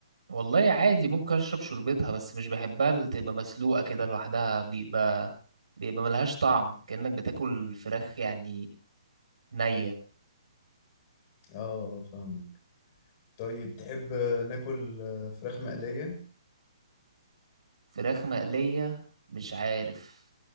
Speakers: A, on the right; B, on the left.
A: والله عادي ممكن اشرب شوربتها بس مش بحبها اللي تبقى مسلوقة كده لوحدها بيبقى بيبقى ملهاش طعم كأنك بتاكل فراخ يعني نية
B: اه فاهمك طيب تحب ناكل فراخ مقلية؟
A: فراخ مقلية مش عارف